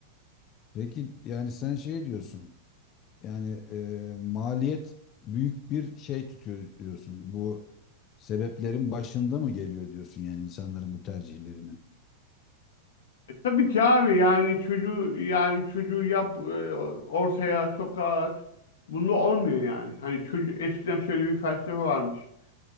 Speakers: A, on the left; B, on the left.
A: Peki yani sen şey diyorsun. Yani e, maliyet büyük bir şey tutuyor diyorsun. Bu sebeplerin başında mı geliyor diyorsun yani insanların bu tercihlerinin?
B: E tabii ki abi yani çocuğu yani çocuğu yap e, ortaya sokağa at. Bunda olmuyor yani. Hani çocuğu eskiden şöyle bir felsefe varmış.